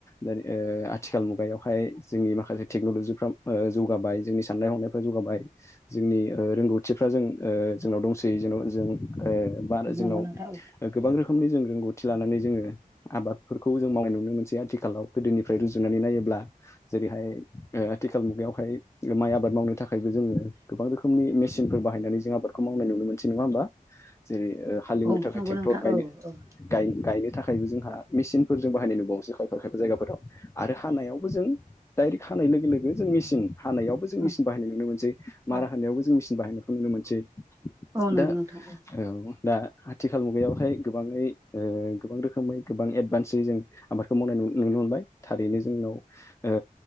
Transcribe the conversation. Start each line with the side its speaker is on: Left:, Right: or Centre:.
Left: दा आथिखाल मुगायावहाय जोंनि माखासे टेक्न'लजिफाव जौगाबाय जोंनि साननाय हनायफ्रा जौगाबाय जोंनि रोंगौथिफ्रा जों जोंनाव दंसै जोंनाव जों ओ बा जोंनाव
Right: नंगौ नोंथां औ
Left: गोबां रोखोमनि जों रोंगौथि लानानै जोङो आबाद जों मावनाय नुनो मोनसे आथिखालाव गोदोनिफ्राय रुजुनानै नायोब्ला जेरैहाय ओ आथिखाल मुगायावहाय माइ आबाद मावनो थाखायबो जोङो गोबां रोखोमनि मेसिनफोर बाहायनानै जों आबादखौ मावनाय नुनो मोनसै नङा होमबा। जेरै हालेवनो
Right: औ उम नंगौ नोंथां औ
Left: थाखाय
Right: नंगौ
Left: ट्रेक्टर
Right: नोंथां
Left: गायनो
Right: औ उम
Left: गायनो थाखायबो जों मेसिनफोरजों बाहायनाय नुबावोसै खायफा खायफा जायगाफोराव आरो हानायावबो जों डायरेक्ट हानाय लोगो जों मेसिन हानायावबो जों मेसिन
Right: उम
Left: बाहायनाय नुनो मोनसै मारा
Right: औ
Left: होनानायावबो जों मसिन बाहायनायखौ नुनो मोनसै
Right: औ नंगौ
Left: दा
Right: नोंथां
Left: औ दा आथिखाल मुगायावहाय गोबाङै ओ गोबां रोखोमै गोबां एडभान्सै जों आबादखौ मावनाय नुनो मोनबाय थारैनो जोंनाव ओ